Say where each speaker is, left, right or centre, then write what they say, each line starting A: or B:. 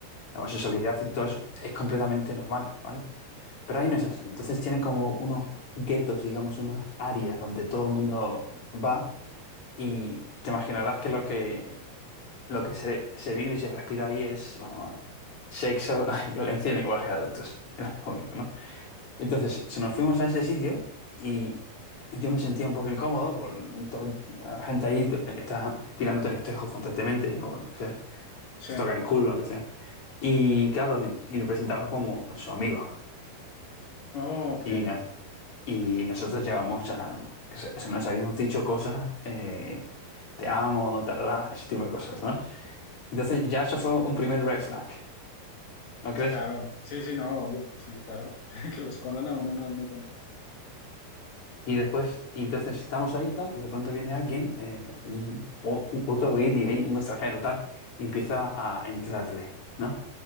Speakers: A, on the left; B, on the left.
A: la homosexualidad y todo eso es completamente normal, ¿vale? Pero ahí no es así. Entonces tienen como unos guetos, digamos, unas áreas donde todo el mundo va y te imaginarás que lo que, lo que se, se vive y se respira ahí es vamos, sexo, <laughs> violencia y lenguaje de adultos. Era lo único, ¿no? Entonces, si nos fuimos a ese sitio y yo me sentía un poco incómodo por todo, la gente ahí t- está tirándote los tejos constantemente. ¿no? O sea,
B: Sí.
A: te toca el culo, lo que sea. Y claro, y me presentaba como su amigo.
B: Oh, ok.
A: Y, na- y nosotros llevamos ya, se, se nos habíamos dicho cosas, eh, te amo, tarará, ese tipo de cosas, ¿no? Entonces ya eso fue un primer red flag, ¿no
B: Es
A: crees?
B: Claro. Sí, sí, no, obvio. Sí, claro. <laughs> Que lo escondan a uno no es muy bonito.
A: Y después, y entonces estamos ahí y tal, y de pronto viene alguien, eh, un- o- u- otro guiri ahí, un extranjero tal, y empieza a entrarle, ¿no?